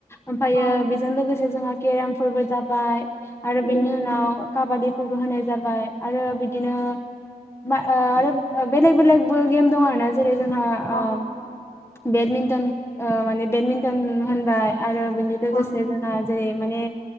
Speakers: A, on the left (about 15°); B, on the left (about 60°).
A: ओमफ्रायो
B: अ
A: बेजों लोगोसे जोंहा केराम फोरबो जाबाय आरो
B: उम
A: बिनि उनाव काबादि फोरबो होनाय जाबाय आरो बिदिनो बा ओह आरो बेलेग बेलेगबो गेम दं आरोना जेरै जोंहा
B: अ
A: ओ बेडमिन्टन ओ माने बेडमिन्टन होनबाय आरो बिनि लोगोसे
B: ओं
A: जोंहा जेरै माने